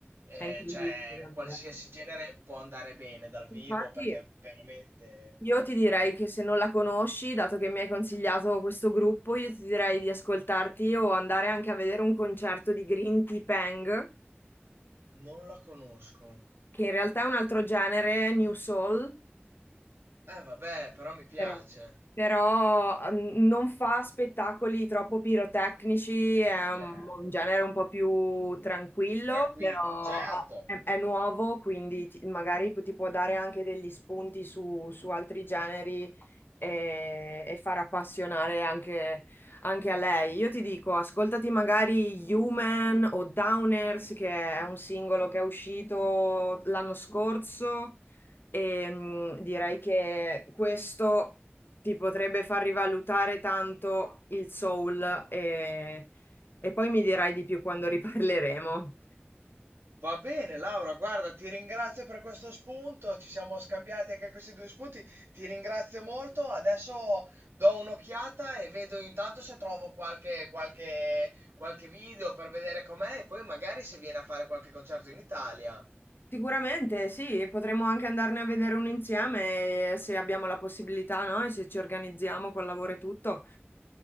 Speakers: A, on the right; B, on the left.
A: Eh,
B: è incredibile
A: cioè,
B: davvero.
A: qualsiasi genere può andare bene dal vivo
B: Infatti,
A: perché veramente
B: io ti direi che se non la conosci, dato che mi hai consigliato questo gruppo, io ti direi di ascoltarti o andare anche a vedere un concerto di Green Tea Peng,
A: Non la conosco.
B: che in realtà è un altro genere, New Soul,
A: Eh vabbè, però mi piace.
B: Vero. Però mm, non fa spettacoli troppo pirotecnici, è un,
A: Certo.
B: un genere un po' più tranquillo,
A: Tranquillo,
B: però
A: certo.
B: ha- è, è nuovo, quindi ti- magari pu- ti può dare anche degli spunti su, su altri generi e, e far appassionare anche, anche a lei. Io ti dico, ascoltati magari Human o Downers, che è un singolo che è uscito l'anno scorso. E mh, direi che questo ti potrebbe far rivalutare tanto il soul e, e poi mi dirai di più quando riparleremo.
A: Va bene, Laura, guarda, ti ringrazio per questo spunto, ci siamo scambiati anche questi due spunti, ti ringrazio molto, adesso do un'occhiata e vedo intanto se trovo qualche, qualche, qualche video per vedere com'è e poi magari se viene a fare qualche concerto in Italia.
B: Sicuramente sì, potremmo anche andarne a vedere un insieme eh, se abbiamo la possibilità, no? E se ci organizziamo col lavoro e tutto.